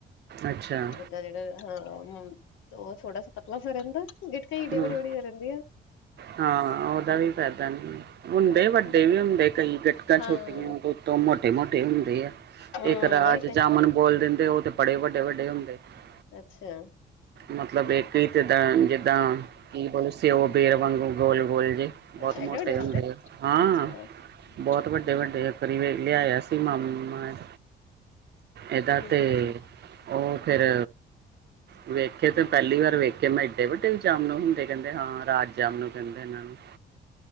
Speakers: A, on the right; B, on the left.
A: ਅੱਛਾ
B: ਗੁੱਦਾ ਜਿਹੜਾ। ਹਾਂ ਹੂੰ ਤੇ ਉਹ ਥੋੜਾ ਸਾ ਪਤਲਾ ਰਹਿੰਦਾ। ਗਿਟਕਾਂ ਏਡੀ
A: ਹੂੰ
B: ਵਡੀ ਵਡੀ ਰਹਿੰਦੀ ਆ
A: ਹਾਂ ਉਹਦਾ ਵੀ ਫਾਇਦਾ ਨੀ। ਕੁੰਡੇ
B: ਹਾਂ
A: ਵੱਡੇ ਵੀ ਹੁੰਦੇ ਆ। ਕਈ ਗਿਟਕਾਂ
B: ਹਾਂ
A: ਛੋਟੀਆਂ ਉੱਤੋਂ ਮੋਟੇ ਮੋਟੇ ਹੁੰਦੇ ਆ।
B: ਹਮ
A: ਇੱਕ ਰਾਜ
B: ਉਹੀ ਤੇ
A: ਜਾਮਨ ਬੋਲ ਦਿੰਦੇ ਉਹ ਤੇ ਬੜੇ ਵੱਡੇ ਵੱਡੇ ਹੁੰਦੇ ।
B: ਅੱਛਾ।
A: ਮਤਲਬ ਇੱਕ ਹੀ ਜਿੱਦਾਂ ਜਿੱਦਾਂ ਕੀ ਬੋਲ ਸਿਓ, ਬੇਰ ਵਾਂਗੂ ਗੋਲ ਗੋਲ। ਤੇ ਬਹੁਤ
B: ਅੱਛਾ
A: ਮੋਟੇ
B: ਏਡੇ ਵੱਡੇ
A: ਹੁੰਦੇ ਹਾਂ
B: ਅੱਛਾ
A: ਬਹੁਤ ਵੱਡੇ
B: ਹਮ
A: ਵੱਡੇ
B: ਅੱਛਾ
A: ਕਰੀਵੇ ਲਿਆਇਆ ਸੀ। ਸੀ ਮਾਮਾ ਏਦਾ ਏਦਾਂ
B: ਹਮ
A: ਤੇ ਉਹ। ਫਿਰ। ਵੇਖੇ ਤੇ ਪਹਿਲੀ ਵਾਰ ਵੇਖੇ ਮੈਂ ਕਿਹਾ ਏਡੇ ਵੱਡੇ ਵੀ ਜਾਮਨ ਹੁੰਦੇ ਕਹਿੰਦੇ ਹਾਂ ਰਾਜ ਜਾਮਨ ਕਹਿੰਦੇ। ਇਨਾਂ ਨੂੰ।